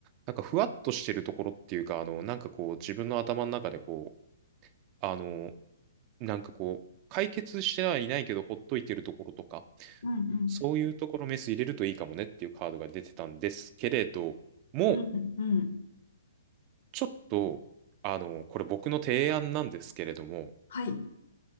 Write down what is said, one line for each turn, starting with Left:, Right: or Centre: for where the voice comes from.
Right: なんかふわっとしてるところっていうか、あの、なんかこう、自分の頭の中でこう、あの、なんかこう、解決してはいないけど、ほっといてるところとか、
Left: うんうん。
Right: そういうところメス入れるといいかもねっていうカードが出てたんですけれども、
Left: うんうん。うん
Right: ちょっと、あの、これ僕の提案なんですけれども、
Left: はい。う